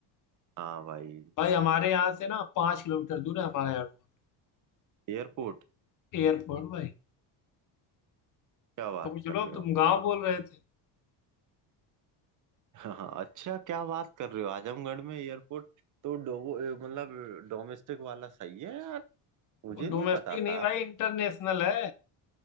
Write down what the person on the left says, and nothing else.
भाई हमारे यहाँ से ना पाँच किलोमीटर दूर है हमारा एयरपोर्ट
एयरपोर्ट भाई
तुम चलो
अब तुम
गांव बोल रहे थे
डोमेस्टिक
नहीं भाई इंटरनेशनल है